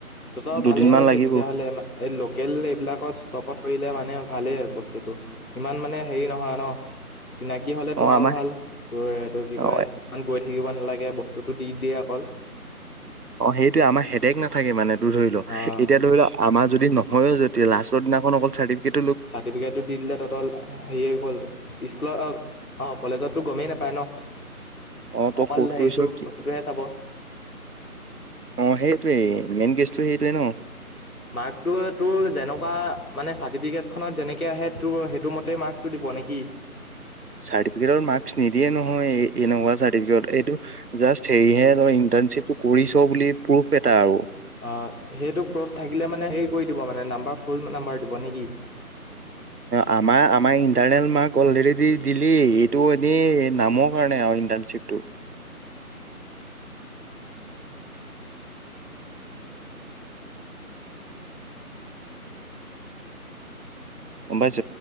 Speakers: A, on the left; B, on the right.
A: তহঁতৰ ভালে
B: দুদিনমান
A: হৈছে
B: লাগিব
A: তেতিয়াহ'লে এইলোকেল এইবিলাকত ষ্টপত কৰিলে মানে ভালেই বস্তুটো। ইমান মানে হেৰি নহয় ন' চিনাকি হ'লেতো
B: অ
A: আৰু
B: আমাৰ
A: ভাল তোৰ এইটো কি
B: অ
A: কয় ইমান গৈ থাকিব নালাগে, বস্তুতটো দি দিয়ে অকল।
B: অ', সেইটোয়ে আমাৰ হেডেক নাথাকে মানে তোৰ ধৰি লও এতিয়া
A: অ',
B: ধৰি লোৱা আমাৰ যদি নহয়ও যদি, লাষ্টৰ দিনাখন অকল চাৰ্টিফিকেট
A: চাৰ্টিফিকেটো দি দিলে তহঁতৰ হেৰি হৈ গ'ল স্কুলত অ', কলেজতটো গমেই নাপায় ন'
B: অ তই
A: অকল
B: ক'ত
A: হেৰিটো
B: কৰিছ কি
A: বস্তুটোহে চাব।
B: অ', সেইটোৱে মেইন কেছটো সেইটোৱে ন'।
A: মাৰ্কটো তোৰ যেনেকুৱা মানে, চাৰ্টিফিকেটখনত যেনেকে আহে তোৰ সেইটো মতেই মাৰ্কটো দিব নেকি?
B: চাৰ্টিফিকেটত মাৰ্ক্স নিদিয়ে নহয়, এনেকুৱা চাৰ্টিফিকত এইটো জাষ্ট হেৰিহে ইন্টাৰ্নশ্বিপটো কৰিছ বুলি প্ৰুফ এটা আৰু।
A: অ', সেইটো প্ৰুফ থাকিলে মানে হেৰি কৰি দিব মানে নাম্বাৰ ফুল নাম্বাৰ দিব নেকি?
B: আমাৰ আমাৰ ইণ্টাৰনেল মাৰ্ক অলৰেডি দি দিলেই এইটো এনেই নামৰ কাৰণে আৰু। ইণ্টানশ্বিপটো। গ'ম পাইছ?